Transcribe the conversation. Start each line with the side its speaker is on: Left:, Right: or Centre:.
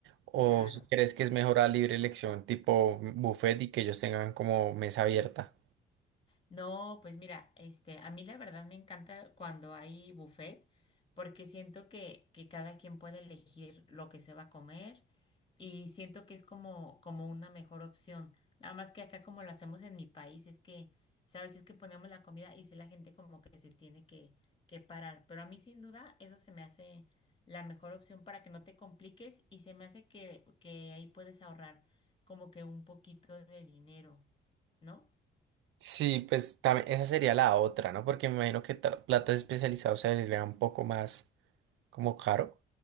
Right: ¿O
Left: claro.
Right: si crees que es mejor a libre elección, tipo buffet y que ellos tengan como mesa abierta?
Left: No, pues mira, este, a mí la verdad me encanta cuando hay buffet porque siento que, que cada quien puede elegir lo que se va a comer y siento que es como, como una mejor opción. Nada más que acá como lo hacemos en mi país es que, sabes, es que ponemos la comida y si la gente como que se tiene que, que parar. Pero a mí sin duda eso se me hace la mejor opción para que no te compliques y se me hace que, que ahí puedes ahorrar como que un poquito de dinero, ¿no?
Right: Sí, pues también esa sería la otra, ¿no? Porque me imagino que tra- platos especializados se le un poco más. como caro,